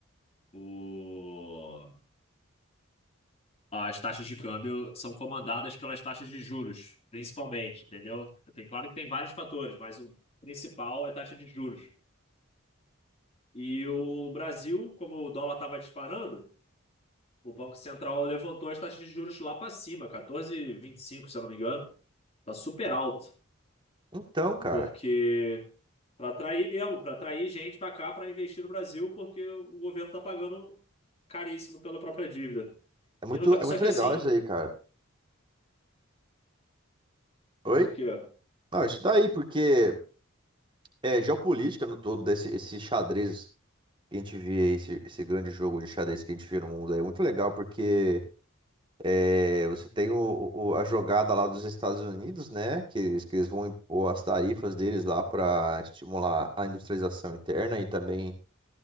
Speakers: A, on the left; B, on the right.
A: O... As taxas de câmbio são comandadas pelas taxas de juros, principalmente, entendeu? Tem, claro que tem vários fatores, mas o principal é a taxa de juros. E o Brasil, como o dólar estava disparando, O Banco Central levantou as taxas de juros lá para cima, quatorze e vinte e cinco, se eu não me engano. Tá super alto,
B: Então, cara,
A: porque para atrair mesmo, para atrair gente para cá para investir no Brasil, porque o governo tá pagando caríssimo pela própria dívida.
B: é muito,
A: E no ca-
B: é
A: só
B: muito
A: que
B: legal
A: assim,
B: isso aí, cara. Oi?
A: o quê?
B: Não, isso daí, porque é geopolítica no todo, desse, esse xadrez. que a gente vê aí, esse, esse grande jogo de xadrez que a gente vê no mundo aí. É muito legal porque é, você tem o, o- a jogada lá dos Estados Unidos, né? Que eles, que eles vão impor as tarifas deles lá para estimular a industrialização interna e também